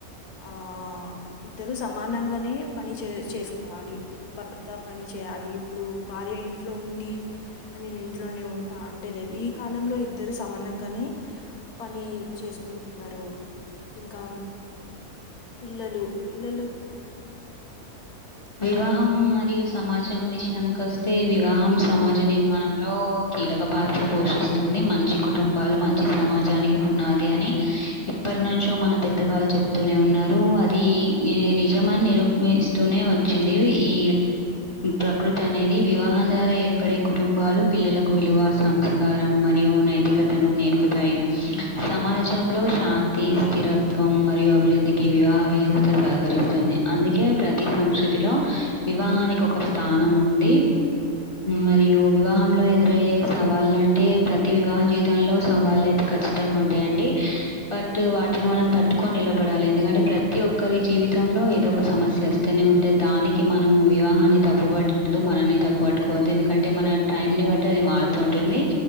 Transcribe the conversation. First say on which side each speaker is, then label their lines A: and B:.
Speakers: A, on the left; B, on the left.
A: ఆ ఇద్దరు సమానంగానే పని చే చేసుకోవాలి భర్త పని చే చేయాలి ఇప్పుడు భార్య ఇంట్లో ఉండి నేను ఇంట్లోనే ఉంటా అంటే లేదు ఈ కాలంలో ఇద్దరు ఇద్దరు సమానంగానే పని చేసుకుంటున్నారు ఇంకా పిల్లలు పిల్లలు
B: వివాహం మరియు సమాజం విషయానికస్తే వివాహం సమాజ నిర్మాణంలో కీలక పాత్ర పోషిస్తుంది మంచి కుటుంబాలు మంచి సమాజానికి పునాది అని ఎప్పటి నుంచో మన పెద్దవాళ్ళు చెప్తూనే ఉన్నారు అది నీ నిజమని నిరూపిస్తూనే ింది ఈ ప్రకృతి అనేది వివాహం ద్వారా ఏర్పడే కుటుంబాలు పిల్లలకు వి విలువ సంస్కారం మరియు నైతికతను నేర్పుతాయి సమాజంలో శాంతి స్థిరత్వం మరియు అభివృద్ధికి వివాహ వ్యవస్థ సహకరిస్తుంది అందుకే ప్రతి సంస్కృతి లో వివాహానికి ఒక స్థానం ఉంది మరియు వివాహంలో ఎదురయ్యే సవాళ్ళ అంటే ప్రతి వివాహ జీవితంలో సవాళ్ళు అయితే ఖచ్చితంగా ఉంటాయండి బట్ వాటిని మనం తట్టుకొని నిలబడాలి ఎందుకంటే ప్రతి ఒక్కరి జీవి తంలో ఏదో ఒక సమస్య వస్తేనే ఉంట్ అంటే దానికి మనం వివాహాన్ని తప్పుబట్టదు మనల్ని తప్పు పట్టుకోవద్దు ఎందుకంటే మన టైం ని బట్టి మారుతూ ఉంటుంది